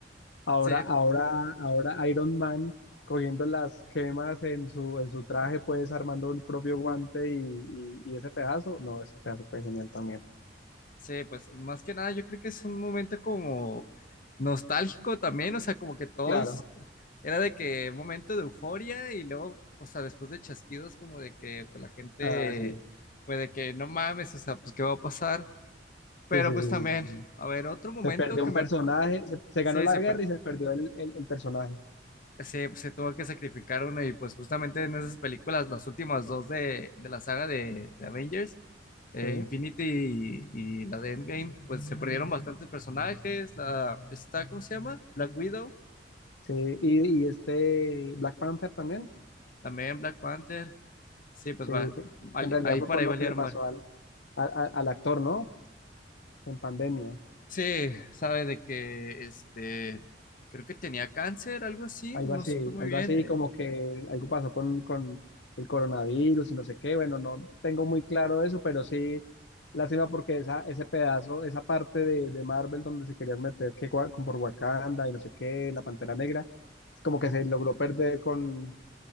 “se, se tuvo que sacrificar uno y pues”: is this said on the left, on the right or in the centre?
Left